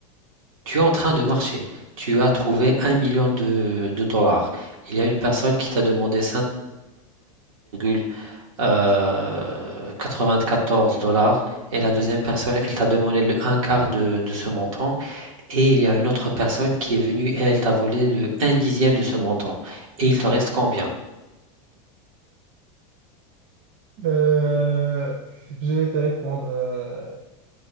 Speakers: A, on the right (about 80°); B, on the right (about 65°).
A: tu es en train de marcher. Tu as trouvé un million de, de dollars. Il y a une personne qui t'a demandé 585,94 dollars et la deuxième personne, elle t'a demandé le un quart de, de ce montant et il y a une autre personne qui est venue et elle t'a volé le un dixième de ce montant. Et il te reste combien?
B: Euh, je vais te répondre. euh,